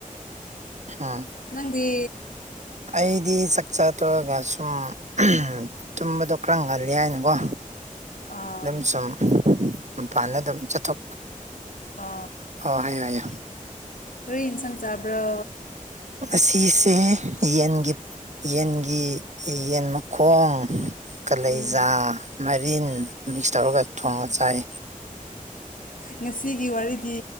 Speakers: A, on the right (about 55°); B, on the left (about 70°).
A: ꯎꯝ
B: ꯅꯪꯗꯤ
A: ꯑꯩꯗꯤ ꯆꯥꯛꯆꯥꯥ ꯇꯧꯔꯒꯁꯨꯨꯝ ꯇꯨꯝꯕꯗꯣ ꯈꯔ ꯉꯜꯂꯤ ꯍꯥꯏꯅꯀꯣ
B: ꯑꯥ
A: ꯑꯗꯨꯝ ꯁꯨꯝ ꯃꯄꯥꯟꯗ ꯑꯗꯨꯝ ꯆꯠꯊꯣꯛ
B: ꯑ
A: ꯑꯣ ꯍꯥꯏꯌꯣ ꯍꯥꯏꯌꯣ
B: ꯍꯔ ꯏꯁꯥꯡ ꯆꯥꯕ꯭ꯔ
A: ꯉꯁꯤꯁꯦ ꯌꯦꯟꯒꯤ ꯌꯦꯟꯒꯤ ꯌꯦꯟ ꯃꯈꯣꯡ ꯀꯂꯦꯖꯥ
B: ꯎꯝ
A: ꯃꯔꯤꯟ ꯃꯤꯛꯁ ꯇꯧꯔꯒ ꯊꯣꯡꯉꯒ ꯆꯥꯏ
B: ꯉꯁꯤꯒꯤ ꯋꯥꯔꯤꯗꯤ